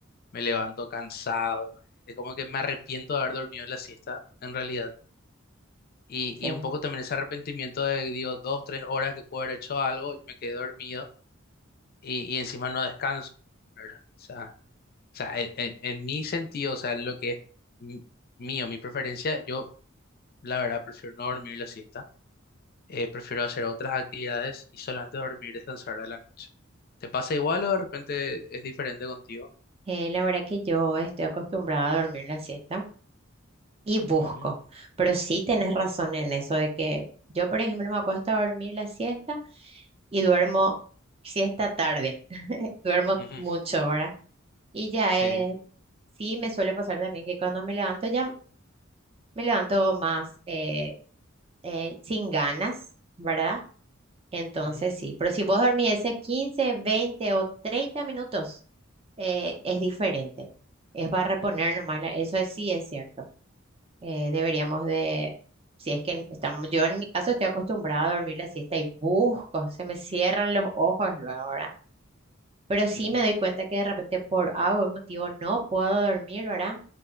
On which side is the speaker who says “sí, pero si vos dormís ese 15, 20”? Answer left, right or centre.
Right